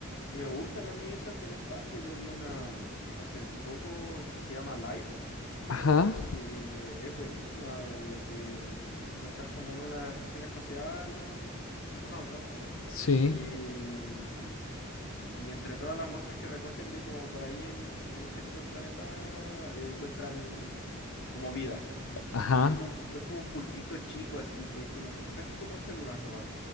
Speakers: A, on the left; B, on the left.
A: Me gustan a mí esas del espacio. Yo vi una mm, hace poco que se llama Life,
B: Ajá,
A: que es buenísima. eh, de, mm, son tan como en una estación espacial, unos astronautas, ¿no?
B: sí,
A: Y, mm, y entre todas las muestras que recogen de como por ahí en, en ciertos planetas, eh, encuentran como vida.
B: ajá,
A: Y es como un, es como un pulpito chico así, que como son casi como células nomás.